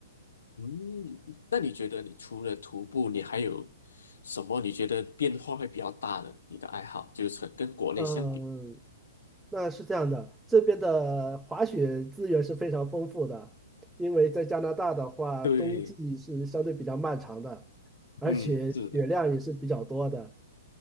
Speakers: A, on the left (about 80°); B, in the centre.
A: 嗯，那你觉得你除了徒步，你还有什么你觉得变化会比较大的？你的爱好就是跟国内相比，
B: 嗯，那是这样的，这边的滑雪资源是非常丰富的，因为在加拿大的话，
A: 对，
B: 冬季是相对比较漫长的，而且雪量也是比较多的，
A: 嗯，是的，